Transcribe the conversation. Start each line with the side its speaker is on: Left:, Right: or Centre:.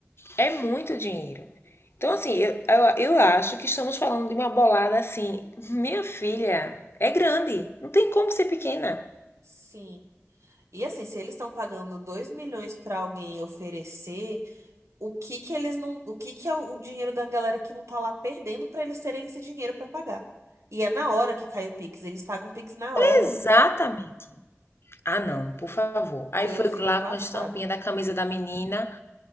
Left: É muito dinheiro. Então, assim, eu, eu, eu acho que estamos falando de uma bolada assim. Minha filha é grande, não tem como ser pequena.
Right: Sim. E assim, se eles estão pagando 2 milhões para alguém oferecer. o que que eles não, o que que é o dinheiro da galera que não tá lá perdendo pra eles terem esse dinheiro pra pagar. E é na hora que cai o Pix, eles pagam o Pix na
Left: Exatamente.
Right: hora.
Left: Ah, não,
Right: Eu,
Left: por favor. Aí
Right: eu
Left: foi
Right: fico
Left: lá
Right: passada.
Left: com a estampinha da camisa da menina